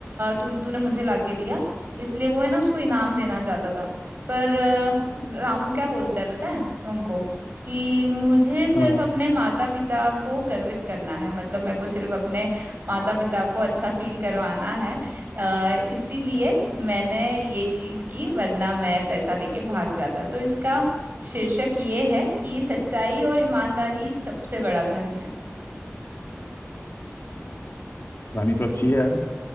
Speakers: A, on the right; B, on the left.
A: तुम तूने मुझे लाके दिया इसलिए वो है ना उसको इनाम देना चाहता था पर अ, रामू क्या बोलता है पता है उनको कि मुझे सिर्फ
B: हाँ
A: अपने माता पिता को गर्वित करना है मतलब मेरे को सिर्फ अपने माता पिता को अच्छा फील करवाना है अ, इसीलिए मैंने ये चीज की वरना मैं पैसा लेके भाग जाता तो इसका शीर्षक ये है कि सच्चाई और ईमानदारी सबसे बड़ा धन है
B: कहानी तो अच्छी है यार